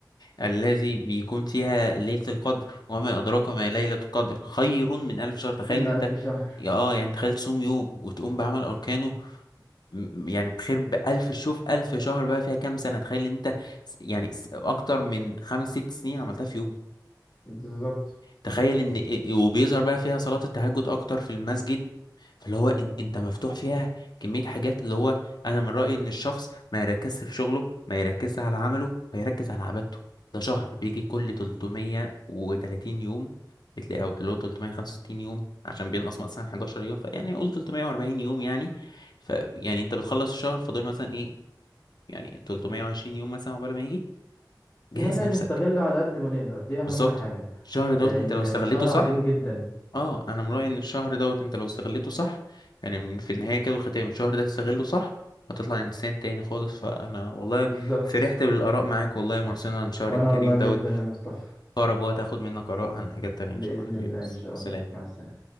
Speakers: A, on the left; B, on the left.
A: الذي بيكون فيها ليلة القدر وما أدراك ما ليلة القدر خير من ألف شهر تخيل
B: من
A: أنت
B: الف شهر
A: يا اه يعني تخيل تصوم يوم وتقوم بعمل أركانه م- يعني بخير بألف شوف ألف شهر بقى فيها كام سنة تخيل أنت س- يعني س- أكتر من خمس ست سنين عملتها في يوم
B: بالظبط
A: تخيل ان إيه- إيه، وبيظهر بقى فيها صلاة التهجد اكتر في المسجد فاللي هو إن انت مفتوح فيها كمية حاجات اللي هو انا من رأيي ان الشخص ما يركزش في شغله ما يركزش على عمله ويركز على عبادته ده شهر بيجي كل 330 يوم بتلاقي او اللي هو 365 يوم عشان بينقص مثلا 11 يوم فيعني قول 340 يوم يعني فيعني انت بتخلص الشهر فاضل مثلا ايه يعني 320 يوم مثلا عقبال ما يجي جهز
B: ان احنا
A: نفسك
B: نستغله على قد ما نقدر دي اهم
A: بالظبط
B: حاجة
A: الشهر دوت
B: لان
A: انت
B: يعني
A: لو استغليته
B: شهر
A: صح
B: عظيم جدا
A: اه انا من رايي ان الشهر دوت انت لو استغلته صح يعني من- في النهايه كده والختام الشهر ده استغله صح هتطلع انسان تاني خالص فانا والله
B: بالظبط
A: فرحت بالاراء معاك والله يا مارسينا عن شهر
B: وانا
A: الكريم
B: والله
A: دوت
B: جدا يا مصطفى
A: اقرب وقت هاخد منك اراء عن حاجات تانية
B: بإذن
A: ان شاء الله حبيبي
B: الله ان شاء
A: سلام
B: الله مع السلامة